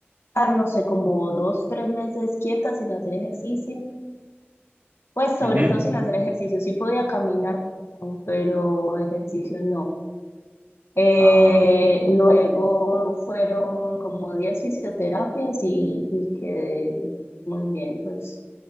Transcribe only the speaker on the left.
no sé, como dos, tres meses quieta sin hacer ejercicio. Pues sobre
todo sin hacer ejercicio. Sí podía caminar, pero ejercicio no. Eh,
luego fueron como 10 fisioterapias y, y quedé muy bien, pues